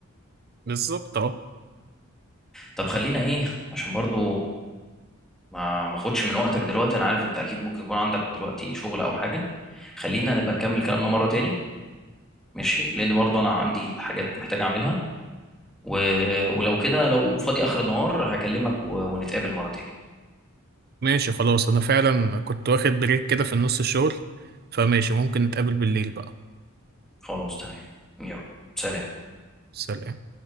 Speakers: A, on the right (about 45°); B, in the centre.
A: بالظبط اه
B: طب خلينا ايه عشان برضو ما ما اخدش من وقتك دلوقتي انا عارف انت اكيد ممكن يكون عندك دلوقتي شغل او حاجه خلينا نبقى نكمل كلامنا مره تاني ماشي لان برضو انا عندي حاجات محتاج اعملها و... ولو كده لو فاضي اخر النهار هكلمك و... ونتقابل مره تاني
A: ماشي خلاص انا فعلا كنت واخد بريك كده في النص الشغل فماشي ممكن نتقابل بالليل بقى
B: خلاص تمام يلا سلام
A: سلام